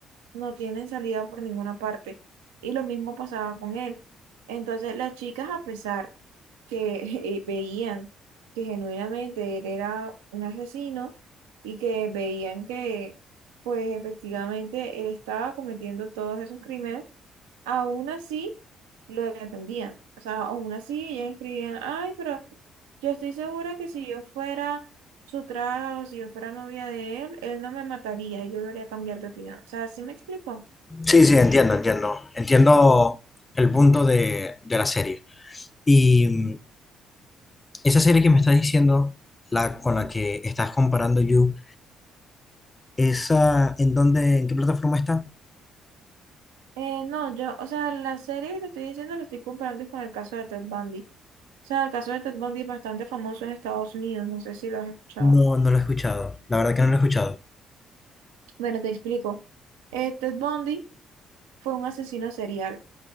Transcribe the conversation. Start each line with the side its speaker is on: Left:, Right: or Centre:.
Right: no tienen salida por ninguna parte. Y lo mismo pasaba con él. Entonces las chicas, a pesar que <laughs> eh, veían que genuinamente él era un asesino y que veían que pues efectivamente él estaba cometiendo todos esos crímenes, aún así lo defendían. O sea, aún así ellas escribían, ay, pero yo estoy segura que si yo fuera su trato, si yo fuera novia de él, él no me mataría, yo lo haría cambiar de opinión. O sea, ¿sí me explico?
Left: Sí, sí, entiendo, entiendo. Entiendo el punto de, de la serie. Y mm, esa serie que me estás diciendo, la con la que estás comparando You, ¿esa en dónde, en qué plataforma está?
Right: Eh, no, yo, o sea, la serie que te estoy diciendo la estoy comparando es con el caso de Ted Bundy. O sea, el caso de Ted Bundy es bastante famoso en Estados Unidos, no sé si lo has escuchado.
Left: No, no la he escuchado. La verdad que no la he escuchado.
Right: Bueno, te explico. Eh, Ted Bundy fue un asesino serial.